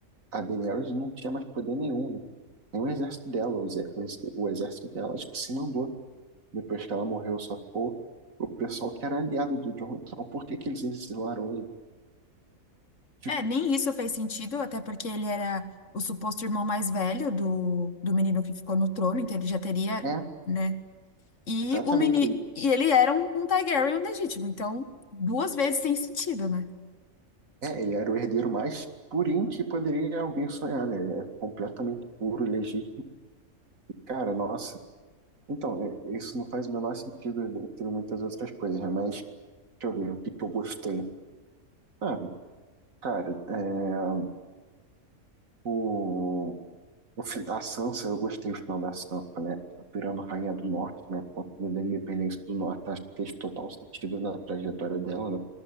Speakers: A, on the right; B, on the left.
A: a Daenerys não tinha mais poder nenhum, né? Nem o exército dela, o, ex- o ex- o exército dela acho que se mandou. Depois que ela morreu, só ficou o pessoal que era aliado do Jon. Então, por que que eles exilaram ele? Tipo,
B: É, nem isso fez sentido, até porque ele era o suposto irmão mais velho do, do menino que ficou no trono, então ele já teria,
A: é,
B: né? E
A: exatamente,
B: o menino, e ele era um, um Targaryen legítimo, então duas vezes sem sentido, né?
A: É, ele era o herdeiro mais purinho que poderia alguém sonhar, né? É completamente puro, legítimo. Cara, nossa. Então, é- isso não faz o menor sentido entre muitas outras coisas, né? mas deixa eu ver o que que eu gostei. Ah, cara, é, o, o, fi- a Sansa, eu gostei do final da Sansa, né? Virando Rainha do Norte, né? Conseguindo a independência do Norte, acho que fez total sentido na trajetória dela, né?